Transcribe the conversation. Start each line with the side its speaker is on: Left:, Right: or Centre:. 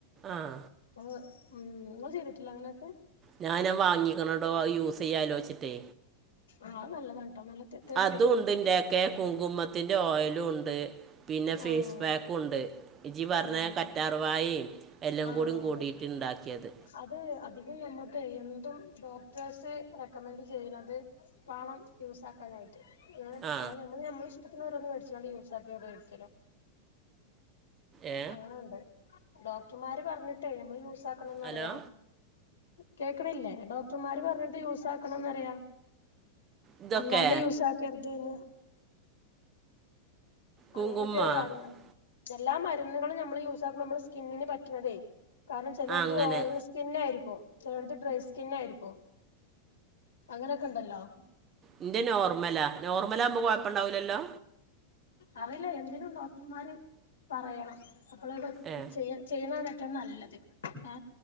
Right: ആഹ
Left: ഉ ഒ ങ്ങള്ചെയ്തിട്ടില്ലെ അങ്ങനെയ ക്കെ
Right: ഞൻാ വാങ്ങിക്കണ ടോ അത് യൂസ് ചെയ്യാ ആലോചിച്ചിട്ടേ
Left: ആഹ് നല്ലതാ കേട്ടോ നല്ല തെളി
Right: അതും
Left: വരും
Right: ഉണ്ട്ന്റെയൊക്കെ കുങ്കുമത്തിന്റെ ഓയിലും ഉണ്ട് ണ്ട് പിന്നെ ഫേസ്
Left: ആഹ്
Right: പാക്ക് ഉണ്ട് ജി പറഞ്ഞ
Left: ആഹ്
Right: കറ്റാറവായി എല്ലാം
Left: ആഹ്
Right: കൂട കൂടിട്ട്ുണ്ടാക്കിയത്
Left: അതെ അത് അധികം നമ്മുക്ക് എന്തും ഡോക്ടേഴ്സ് റെക്കമെന്ഡറ് ചെയ്യുന്നത് പണം യൂസ ആാക്കാനായി
Right: ആ
Left: അല്ലതെ നമ്മ നമ്മള ഇഷ്ടത്തിന്ോരോന്നന്ന് മേടിച്ചുകൊണ്ട് യൂസ് ആാക്കതോരിക്കലോ
Right: ഏ
Left: അങ്ങനെുണ്ട് ഡോക്ടർമാര് പറഞ്ഞിട്ടേ നമ്മള് യൂസ ആാക്കണംന്ന്റിയാം
Right: ഹലോ
Left: കേക്കണില്ലേ ഡോക്ടർമാര് പറഞ്ഞിട്ട് യൂസ ആാക്കണംന്ന്റിയ
Right: ഇതൊക്കെ
Left: അല്ലാണ്ട് യൂസ ആക്കരുതന്ന്
Right: കുങ്കുമ
Left: അങ്ങനെയൊക്കെയാണ്
Right: ആ
Left: കാര്യങ്ങത എല്ലാ മരുന്നുകളും നമ്മള് യൂസ ആാക്കുമ്പോൾ നമ്മ സ്കിന്നിന് പറ്റണതേ കാരണം ചിലടത്
Right: അങ്ങനെ
Left: ഓയിൽ സ്കിന്ന ആയിരിക്കോ ചിലടത് ഡ്രൈ സ്കിന്ന ആയിരിക്കും അങ്ങനെയൊക്കെണ്ടല്ലോ
Right: ഇന്റെ നോർമലാ നോർമലാകുമ്പോ കൊയപ്പണ്ടാവുലല്ലോ
Left: അറിയില എന്തിനും ഡോക്ടർമാര് പറയണം അപ്പോൾ
Right: ഏ
Left: ചെയ് ചെയ്യുന്നാണ് ഏറ്റോം നല്ലത് ഏ